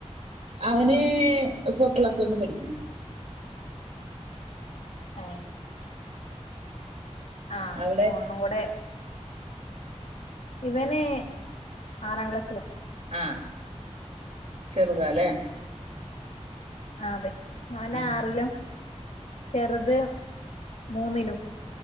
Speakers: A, on the right; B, on the left.
A: അവന് ഇപ്പൊ പ്ലസ് വൺ പഠിക്കണ്
B: അ ആ
A: അവിടെ
B: ഒന്നും കൂടെ ഇവന് ആറാം ക്ലാസ്സില
A: ആ ചെറുതാലെ
B: ആ അതെ അവനാറിലും
A: ഉം.
B: ചെറുത് മൂന്നിലും